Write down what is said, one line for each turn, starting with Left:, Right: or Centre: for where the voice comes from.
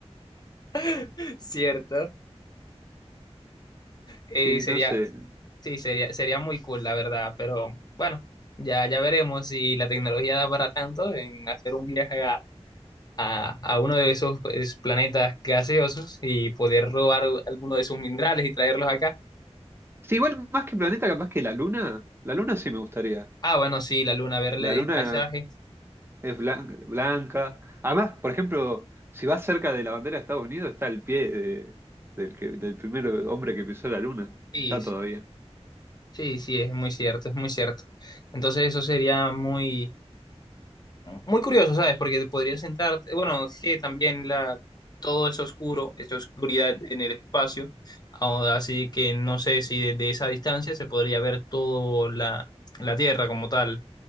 Left: <laughs> Cierto. Eh,
Right: Sí,
Left: sería,
Right: no sé.
Left: sí, sería, sería muy cool, la verdad, pero bueno, ya, ya veremos si la tecnología da para tanto en hacer un viaje a, a, a uno de esos pues, planetas gaseosos y poder robar alguno de sus minerales y traerlos acá.
Right: Sí, igual más que planeta, capaz que la luna. La luna sí me gustaría.
Left: Ah, bueno, sí, la luna, verle
Right: La luna
Left: el paisaje.
Right: es blan- blanca. Además, por ejemplo, si vas cerca de la bandera de Estados Unidos, está el pie de- del que, del primer hombre que pisó la luna.
Left: Sí,
Right: Está
Left: sí.
Right: todavía.
Left: Sí, sí, es muy cierto, es muy cierto. Entonces eso sería muy, muy curioso, ¿sabes? Porque te podrías sentarte, bueno, es que también la, todo es oscuro, esa oscuridad en el espacio, ahora así que no sé si desde esa distancia se podría ver toda la, la Tierra como tal,